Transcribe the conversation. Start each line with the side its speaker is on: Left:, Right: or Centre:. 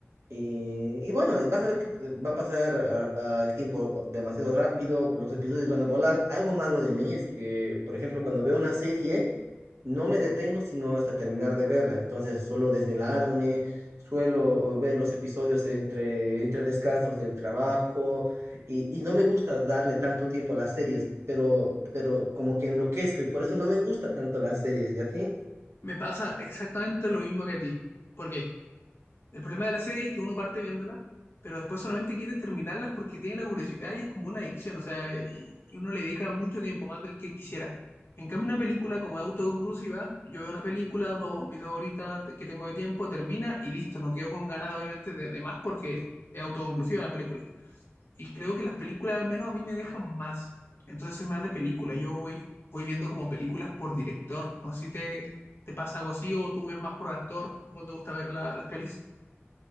Right: y, y bueno, vas a ver que te- va a pasar ah, ah, el tiempo demasiado rápido, los episodios van a volar. Algo malo de mí es que, por ejemplo, cuando veo una serie, no me detengo sino hasta terminar de verla. Entonces suelo desvelarme, suelo ver los episodios entre, entre descansos del trabajo y, y no me gusta darle tanto tiempo a las series, pero, pero como que enloquezco y por eso no me gusta tanto las series. ¿Y a ti?
Left: Me pasa exactamente lo mismo que a ti. Porque el problema de la serie es que uno parte viéndola, pero después solamente quiere terminarlas porque tiene la curiosidad y es como una adicción. O sea, y, y uno le dedica mucho tiempo, más del que quisiera. En cambio, una película como es autoconclusiva, yo veo una película, dos, mis dos horitas que tengo de tiempo, termina y listo. No quedo con ganas, obviamente, de, de más porque es autoconclusiva la película. y creo que las películas al menos a mí me dejan más. Entonces soy más de película. Yo voy, voy viendo como películas por director. No sé si te, te pasa algo así o tú ves más por actor. ¿Cómo te gusta ver la- las pelis?